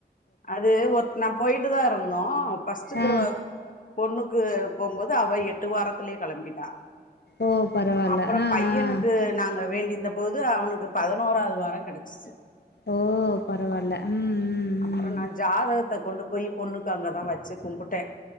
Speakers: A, on the left; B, on the left.
A: அது ஒ நா போயிட்டு தா இருந்தோ ஃபஸ்ட்டு
B: ஆ
A: திரவ பொண்ணுக்கு போம்போது அவ எட்டு வாரத்துலயே கெளம்பிட்டா
B: ஓ பரவால்ல
A: அப்றோ
B: ஆ ஆ
A: பையனுக்கு நாங்க வேண்டிந்த ப்போது அவனுக்கு பதினோராவது வாரம் கெடச்சிச்சு
B: ஓ பரவால்ல ம் ம்
A: அப்றோ
B: ம்
A: நா ஜாதகத்த கொண்டு போய் பொண்ணுக்கு அங்கதா வச்சு கும்புட்ட